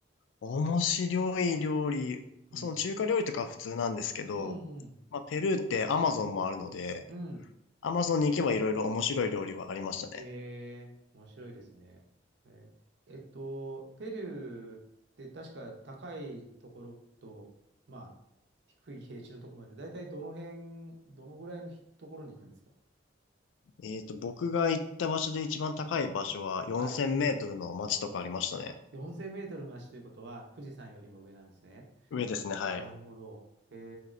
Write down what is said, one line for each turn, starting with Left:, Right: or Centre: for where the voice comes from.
Left: 面白い料理、
Right: うん。
Left: その中華料理とかは普通なんですけど、
Right: うん、うん。
Left: まあ、ペルーってアマゾンもあるので、
Right: うん。
Left: アマゾンに行けばいろいろ面白い料理はありましたね。
Right: えー、面白いですね。えーえっと、ペルーって確か高いところと、まあ、低い平地のところまで、だいたいどの辺、どのぐらいのひところに行くんですか
Left: えっと、僕が行った場所で一番高い場所は4000メートルの街とかありましたね。
Right: はい。あ、4000メートルの足ということは、富士山よりも上なんですね。
Left: 上ですね、はい。
Right: なるほど。え